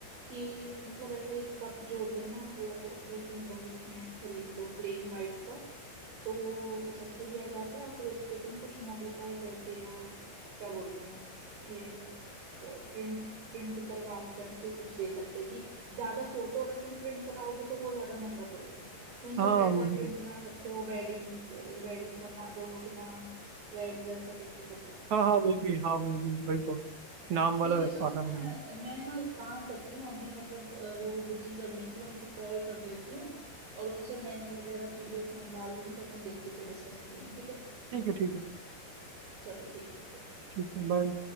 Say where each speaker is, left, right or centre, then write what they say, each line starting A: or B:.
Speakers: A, on the right; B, on the right.
A: कि मतलब ऐसा ही कप जो होते हैं ना वो अगर तुम बल्क में खरीद लो प्लेन वाइट कप तो वो सस्ते भी आ जाते हैं और फिर उस पे तुम कुछ मॉडिफाई करके या क्या बोलते हैं ये प्रिंट प्रिंट करवा करके कुछ दे सकते हैं कि ज्यादा फोटो अगर तुम प्रिंट कराओगे तो वो ज्यादा महंगा पड़ेगा तुम सिर्फ
B: हाँ
A: ऐसा
B: वो भी
A: प्रिंट करा सकते हो वेडिंग वेडिंग का ना दोनों के नाम वेट जैसा करके कर सकते
B: हाँ
A: हैं कुछ
B: हाँ
A: भी
B: वो भी हाँ वो भी वही तो नाम वाला
A: ठीक है सुनो
B: आसान
A: ना यार
B: है
A: मैं ना एक काम करती हूँ अभी मतलब अ, वो बुकिंग करने के लिए उनको कॉल कर लेती हूँ और उनसे मेन्यू वगैरह पीडीएफ मंगवा लूंगी तो अपन देख के फिर डिस्कस कर लेंगे ठीक है
B: ठीक है ठीक है
A: चलो ठीक है फिर
B: ठीक है
A: Bye.
B: बाय